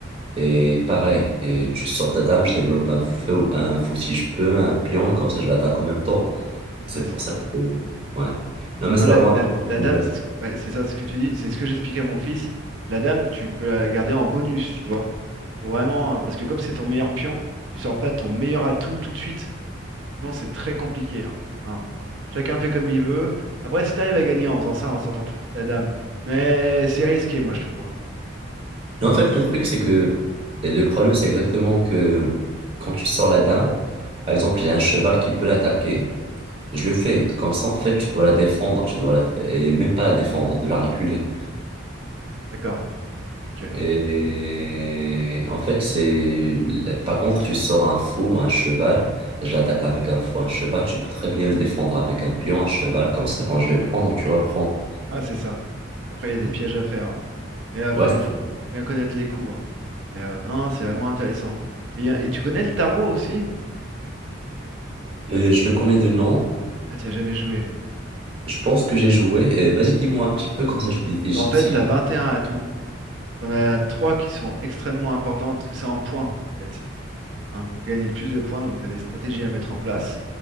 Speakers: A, on the right; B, on the right.
A: Et pareil, et tu sors ta dame, je développe un feu, un fou si je peux, un pion, et comme ça, je l'attaque en même temps. C'est
B: Ouais,
A: pour
B: c'est
A: ça
B: ça.
A: que. Ouais. Non, mais c'est
B: Non, la,
A: vraiment
B: la-
A: intéressant.
B: la dame, c'est ce- ouais, c'est ça ce que tu dis, c'est ce que j'expliquais à mon fils. La dame, tu peux la garder en bonus, tu vois. Faut vraiment, parce que comme c'est ton meilleur pion, tu sors pas ton meilleur atout tout de suite. Sinon, c'est très compliqué, hein. Enfin, chacun fait comme il veut. Après, si t'arrives à gagner en faisant ça, en sortant tout de suite la dame, mais c'est risqué, moi, je trouve. hein.
A: Mais en fait, le truc, c'est que le problème, c'est exactement que quand tu sors la dame, par exemple, j'ai un cheval qui peut l'attaquer, je le fais. Comme ça, en fait, tu dois la défendre, tu dois la fa- et même pas la défendre, de la reculer.
B: D'accord. Ok.
A: Et en fait, c'est, par contre, tu sors un fou ou un cheval, je l'attaque avec un fou, un cheval, tu peux très bien le défendre avec un pion, un cheval, comme ça, quand je vais prendre, tu reprends.
B: Ah, c'est ça. Après, il y a des
A: Mm.
B: pièges à faire. hein. Mais il
A: Ouais,
B: faut,
A: c'est
B: faut-
A: ça.
B: faut bien connaître les coups. hein. Mais euh, non, c'est vraiment intéressant. Et, y a- et tu connais le tarot aussi?
A: Euh, je le connais de nom.
B: Ah, tu as jamais joué.
A: Je pense que j'ai joué. Euh, Vas-y, dis-moi un petit peu, comme ça je te dis
B: Bah,
A: si...
B: en fait,
A: si-
B: t'as un atouts. T'en as trois qui sont extrêmement importants parce que c'est en points, en fait. Il faut gagner le plus de points, donc tu as des stratégies à mettre en place.